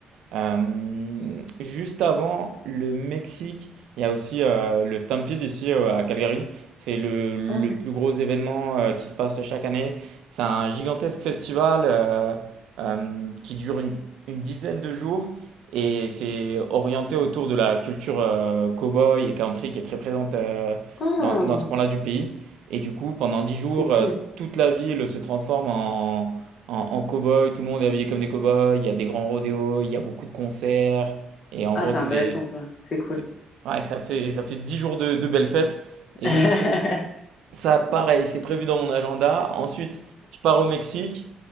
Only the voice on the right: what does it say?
Euh, juste avant le Mexique, il y a aussi euh, le Stampede ici euh, à Calgary. C'est le,
le plus gros événement euh, qui se passe chaque année. C'est un gigantesque festival euh, euh, qui dure une, une dizaine de jours et c'est orienté autour de la culture euh, boy et country qui est très présente euh,
dans, dans ce coin-là du pays. Et du coup, pendant dix jours,
euh, toute la ville se transforme en, en, en cow-boy, tout le monde est habillé comme des cow-boys, il y a des grands rodéos, il y a beaucoup de concerts, et en
gros,
c'est
des...
c'est- Ouais, ça fait, ça fait 10 jours de, de belles fêtes,
et du coup, ça, pareil, c'est prévu dans mon agenda. Ensuite, je pars au Mexique,